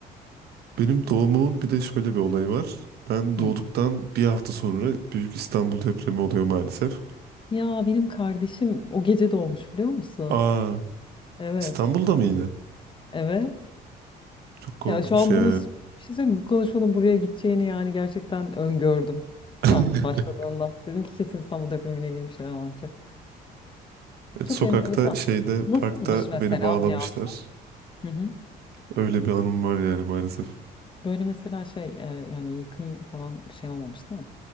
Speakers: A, on the right; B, on the left.
A: Benim doğumumun bir de şöyle bir olayı var. Ben doğduktan
B: <laughs> Hı.
A: bir hafta sonra Büyük İstanbul depremi oluyor maalesef.
B: Ya benim kardeşim o gece doğmuş biliyor musun?
A: Aa,
B: Evet.
A: İstanbul'da mı yine?
B: Evet.
A: Çok korkunç
B: Ya şu an
A: ya.
B: bunu bir şey söyleyeyim mi? Bu konuşmanın buraya gideceğini yani gerçekten öngördüm.
A: <laughs>
B: Sen başladığında. Dedim ki kesin İstanbul depremiyle ilgili bir şeyler anlatacak.
A: Evet,
B: Çok
A: Sokakta
B: enteresan.
A: şeyde
B: Nasılmış
A: parkta
B: mesela
A: beni bağlamışlar.
B: bir hafta? Hı hı.
A: Öyle bir anım var yani maalesef.
B: Böyle mesela şey e, yani yıkım falan bir şey olmamış değil mi?